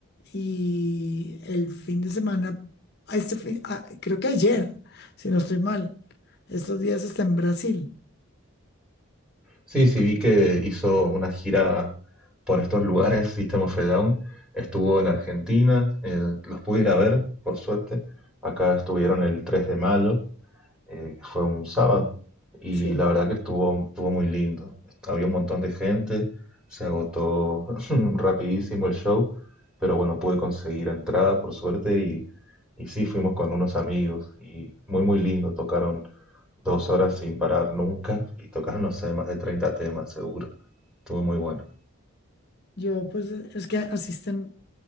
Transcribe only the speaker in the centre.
Sí, sí, vi que hizo una gira por estos lugares, System of a Down. Estuvo en Argentina, eh, los pude ir a ver, por suerte. Acá estuvieron el 3 de mayo eh, que fue un sábado, y
la verdad que estuvo, estuvo muy lindo. Había un montón de gente, se agotó <laughs> rapidísimo el show, pero bueno, pude conseguir entrada por suerte y, y sí, fuimos con unos amigos y muy muy lindo, tocaron dos horas sin parar nunca y tocaron, no sé, más de 30 temas seguro. Estuvo muy bueno.